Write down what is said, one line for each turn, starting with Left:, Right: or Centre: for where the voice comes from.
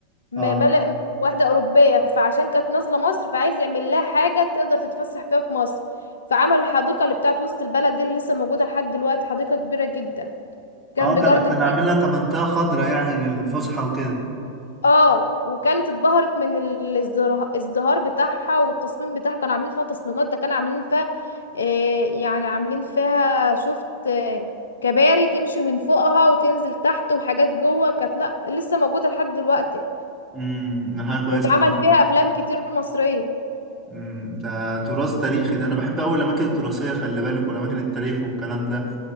Left: م-
Right: اه
Left: ملأ واحدة أوروبية فعشان كانت نازلة مصر فعايز يعمل لها حاجة تقدر تتفسح فيها في مصر فعمل الحديقة اللي بتاعت وسط البلد دي اللي لسه موجودة لحد دلوقتي حديقة كبيرة جدا جنب
Right: اه كان
Left: جارد
Right: كان
Left: السيتي
Right: عاملها كمنطقه خضراء يعني للفسحه وكده
Left: اه وكانت اتبهرت من ال- الازدرا- الازدهار بتاعها والتصميم بتاعها كانوا عاملين فيها تصميمات ده كانوا عاملين فيها آه يعني عاملين فيها شفت آه كباري تمشي من فوقها وتنزل تحت وحاجات جوه كانت لا لسه موجودة لحد دلوقتي
Right: امم ده حاجه كويسه
Left: يتعمل
Right: عامه
Left: فيها أفلام كتير مصرية
Right: امم ده تراث تاريخي ده انا بحب قوي الاماكن التراثيه خلي بالك والاماكن التاريخ والكلام ده